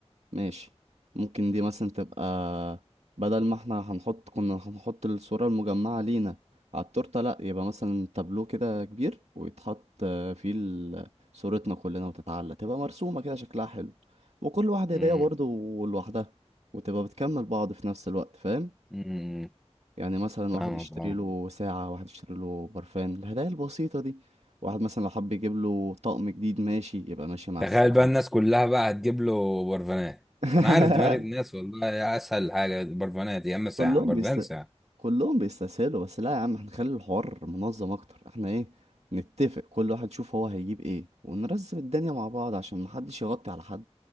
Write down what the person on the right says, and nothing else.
ماشي ممكن دي مثلا تبقى بدل ما احنا هنحط كنا هنحط الصورة المجمعة لينا على التورتة لأ يبقى مثلا تابلو كده كبير ويتحط آه، فيه ال- صورتنا كلنا وتتعلق تبقى مرسومة كده شكلها حلو وكل واحدة
هدية برضه لوحدها وتبقى بتكمل بعض في نفس الوقت فاهم
يعني مثلا
واحد يشتري
له ساعة واحد يشتري له برفان الهدايا البسيطة دي واحد مثلا لو حب يجيب له طقم جديد ماشي يبقى ماشي مع
الساعة
<laughs>
كلهم
كلهم بيستسهلوا بس لا يا عم احنا نخلي الحوار منظم اكتر احنا ايه نتفق كل واحد يشوف هو هيجيب ايه ونرزم الدنيا مع بعض عشان محدش يغطي على حد